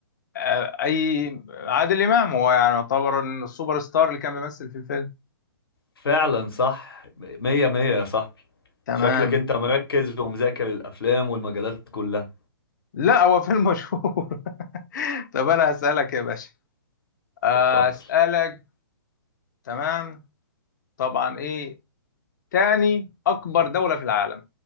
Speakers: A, on the left; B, on the left.
A: آه، أي عادل إمام هو يعني يعتبر إن السوبر ستار اللي كان بيمثل في الفيلم
B: فعلا صح مية مية يا صاحبي
A: تمام
B: شكلك انت مركز ومذاكر الافلام والمجالات كلها
A: لا هو فيلم مشهور <laughs> طب أنا هسألك يا باشا آه،
B: اتفضل
A: أسألك تمام طبعا إيه تاني أكبر دولة في العالم